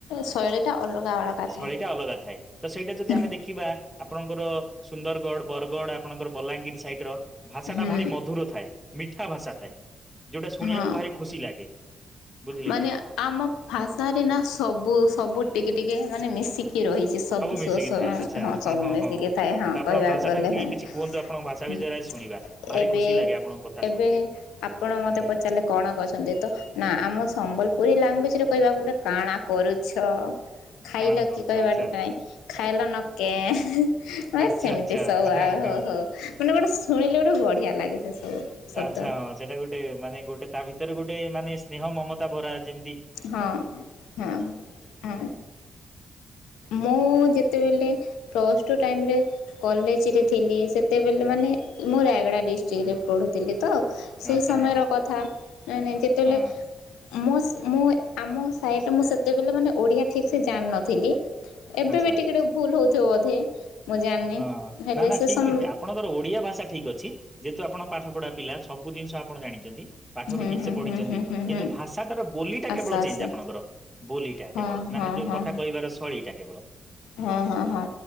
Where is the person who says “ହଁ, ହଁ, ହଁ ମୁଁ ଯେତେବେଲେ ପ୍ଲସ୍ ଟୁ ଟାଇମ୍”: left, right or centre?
Left